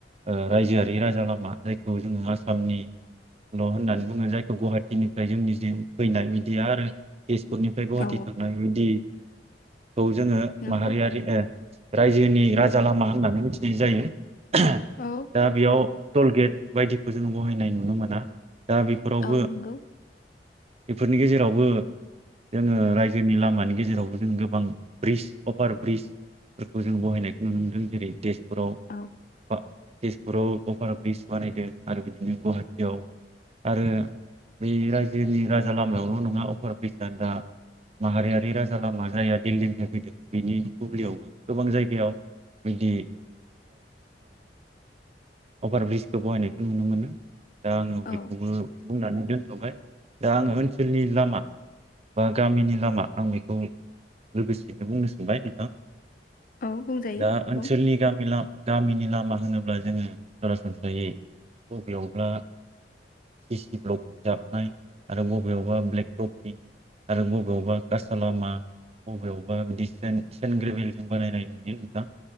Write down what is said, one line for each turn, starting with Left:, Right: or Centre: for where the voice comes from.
Right: ओ रायजोआरि राजा लामा जाय खौ जोङो आसामनि ल' होननानै बुङो जायखौ गुवाहाटिनि फाय जोंनि जे फैनाय बिदि आरो तेजपुरनिफ्राय गुवाहाटि
Left: औ
Right: थांनाय बेबादि खौ जोङो
Left: नंगौ
Right: माहारियारि ओ रायजोनि राजा लामा होननानै मिथि दि जायो।
Left: औ
Right: दा बेयाव टल गेट बायदिखो जों बहायनाय नुनो मोना। दा बेफोरावबो
Left: औ नंगौ
Right: बेफोरनि गेजेरावबो जोङो रायजोनि लामानि गेजेरावबो जों गोबां ब्रिज अभार ब्रिजफोरखौ जों बहायनायखौ नुनो मोनदों जेरै देश तेजपुराव
Left: औ
Right: बा तेजपुराव अभार ब्रिज बानायदों आरो बिदिनो गुवाहाटियाव आरो बे रायजोनि राजा लामायावल' नङा अभार ब्रिजआ दा माहारियारि राजा लामा जायहा दिल्लीनिफ्राय फैदों बेनि बुब्लियाव गोबां जायगायाव बिदि अभार ब्रिज बाहायनायखौ नुनो मोनो। दा आङो
Left: औ
Right: बेखौबो बुंनानै दोनथ'बाय दा आङो ओनसोलनि लामा बा गामिनि लामा आं बेखौ लोगोसेयैनो बुंनो सोंबाय नोंथां
Left: औ बुंजायो
Right: दा ओनसोलनि
Left: बुं
Right: गामि ला गामिनि लामा होनोब्ला जोङो सरासनस्रै यायै बबेयावबा सिसि ब्लक जाबनाय आरो बबेयावबा ब्लेक टफिं आरो बबेयावबा कासालामा बबेयावबा बिदि सेन्ट ग्रेभेलजों बानायनाय नुयो नोंथां